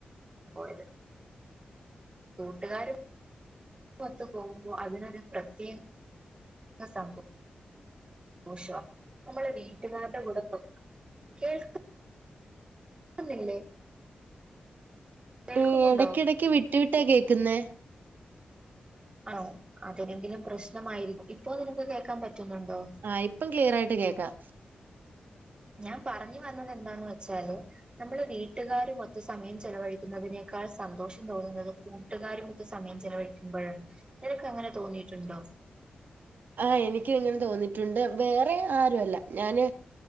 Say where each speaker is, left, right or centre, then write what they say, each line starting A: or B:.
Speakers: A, on the right; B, on the right.
A: പോയത് കൂട്ടുകാരും ഒത്തക് പോകുമ്പോ അതിന് ഒരു പ്രത്യേക ര <unintelligible> സന്തോഷം നമ്മള് വീട്ടുകാരുടെ കൂടെ <unintelligible> കേക്കുന്നില്ലെ കേൾക്കുന്നുണ്ടോ
B: ഏ ഇടയ്ക്കിടക്ക് വിട്ടു വിട്ടാ കേക്കുന്നേ
A: ആ അതെങ്കിലും പ്രശ്നമായിരിക്കും ഇപ്പോ നിനക്ക് കേക്കാൻ പറ്റുന്നുണ്ടോ
B: ആ ഇപ്പം ക്ലിയറാ യിട്ട് കേക്കാം
A: ഞാൻ പറഞ്ഞു വന്നത് എന്താന്ന് വെച്ചാല് നമ്മള് വീട്ടുകാർ മൊത്ത സമയം ചെലവഴിക്കുന്നതിനേക്കാൾ സന്തോഷം തോന്നുന്നത് കൂട്ടുകാരമൊത് സമയം ചിലവഴിക്കുമ്പോഴാണ് നിനക്ക് അങ്ങനെ തോന്നിയിട്ടുണ്ടോ
B: ആഹ എനീക്ക് ഇങ്ങനെ തോന്നിയിട്ടുണ്ട് വേറെ ആരുല്ല ഞാന്